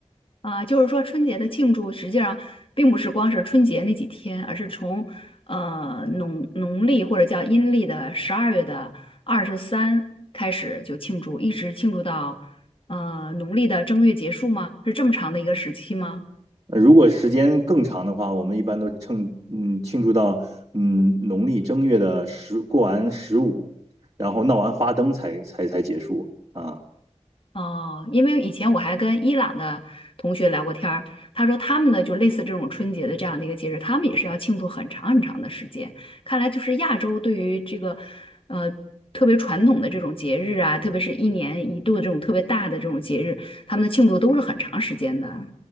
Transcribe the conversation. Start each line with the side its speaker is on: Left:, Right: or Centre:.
Left: 啊、就是说春节的庆祝实际上并不是光是春节那几天，而是从呃农农历或者叫阴历的十二月的二十三开始就庆祝，一直庆祝到呃农历的正月结束吗？是这么长的一个时期吗？
Right: 呃如果时间更长的话，我们一般都趁嗯庆祝到嗯农历正月的十过完十五，然后闹完花灯才才才结束啊。
Left: 哦，因为以前我还跟伊朗的同学聊过天儿，他说他们呢就类似这种春节的这样的一个节日，他们也是要庆祝很长很长的时间。看来就是亚洲对于这个，呃，特别传统的这种节日啊，特别是一年一度的这种特别大的这种节日，他们的庆祝都是很长时间的。